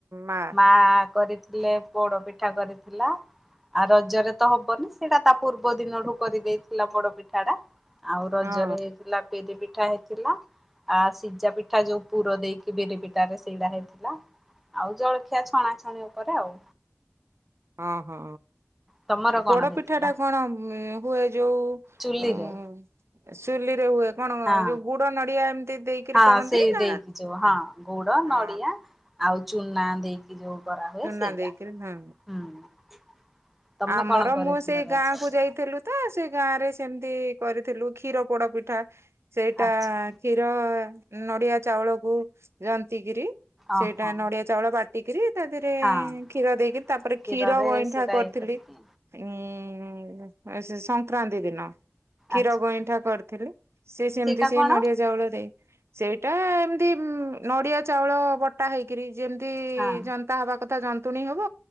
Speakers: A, on the right; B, in the centre.
A: ମା?
B: ମା କରିଥିଲେ ପୋଡ଼ ପିଠା କରିଥିଲା। ଆଉ ରଜରେ ତ ହବନି ସେଇଟା ତା ପୂର୍ବ ଦିନଠୁ କରିଦେଇଥିଲା ପୋଡ଼ ପିଠାଟା। ଆଉ ରଜରେ
A: ହଁ
B: ହେଇଥିଲା। ବିରି ପିଠା ହେଇଥିଲା ଆଁ ସିଝା ପିଠା ଯୋଉ ପୁର ଦେଇକି ବିରି ପିଠାରେ ସେଇଡା ହେଇଥିଲା। ଆଉ ଜଳଖିଆ ଛଣାଛଣି ଉପରେ ଆଉ।
A: ଅଁ ହଁ
B: ତମର
A: ଏ
B: କଣ
A: ପୋଡ଼
B: ହେଇଥିଲା
A: ପିଠାଟା କଣ ହୁଏ ଯୋଉ
B: ଚୁଲିରେ।
A: ଉଁ ଚୁଲିରେ ହୁଏ। କଣ ଏ
B: ହଁ
A: ଯୋଉ ଗୁଡ଼ ନଡ଼ିଆ ଏମିତି ଦେଇ କିରି
B: ହଁ
A: କରନ୍ତି
B: ସେଇ
A: ନା।
B: ଦେଇକି
A: ହଁ।
B: ଯୋଉ ଗୁଡ ନଡିଆ ଆଉ ଚୁନା ଦେଇକି ଯୋଉ କରାହୁଏ
A: ଚୁନା
B: ସେଇଟା
A: ଦେଇକିରି
B: ହୁଁ।
A: ହଁ।
B: ତମେ
A: ଆମର
B: କଣ କରିଥିଲ
A: ମୁଁ ସେଇ
B: ରଜରେ?
A: ଗାଁକୁ ଯାଇଥିଲୁ। ତ ସେ ଗାଁରେ ସେମିତି କରିଥିଲୁ କ୍ଷୀର ପୋଡ଼ ପିଠା ସେଇଟା
B: ଆଚ୍ଛା
A: କ୍ଷୀର ନଡ଼ିଆ ଚାଉଳକୁ ଯନ୍ତିକିରି ସେଇଟା
B: ଓହୋ
A: ନଡ଼ିଆ ଚାଉଳ ବାଟିକିରି ତା ଦେହରେ
B: ହଁ
A: କ୍ଷୀର ଦେଇକିରି ତାପରେ
B: କ୍ଷୀରରେ
A: କ୍ଷୀର ଗଇଁଠା
B: ସେଇଟା
A: କରି
B: ଇଏ
A: ଥିଲି।
B: କରିକି
A: ଏଁ ଏ ସେ ସଂକ୍ରାନ୍ତି ଦିନ। କ୍ଷୀର
B: ଆଚ୍ଛା
A: ଗଇଁଠା କରିଥିଲି। ସେ ସେମିତି
B: ସେଇଟା
A: ସେଇ
B: କଣ?
A: ନଡ଼ିଆ ଚାଉଳ ଦେଇ। ସେଇଟା ଏମିତି ନଡ଼ିଆ ଚାଉଳ ବଟା ହେଇକିରି ଯେମିତି
B: ହଁ
A: ଯ ଯନ୍ତା ହବା କଥା ଯନ୍ତୁଣୀ ହବ।